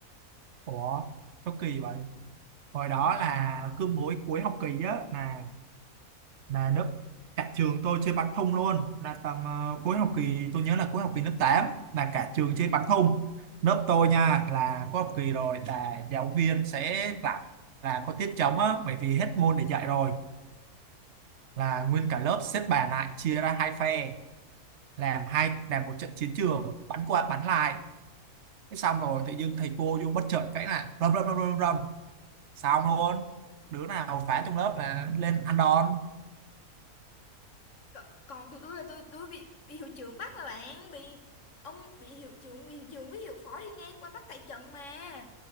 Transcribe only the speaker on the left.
C- còn tụi tôi là tôi tôi bị, bị hiệu trưởng bắt mà bạn bị ông bị hiệu trưởng bị hiệu trưởng với hiệu phó đi ngang qua bắt tại trận mà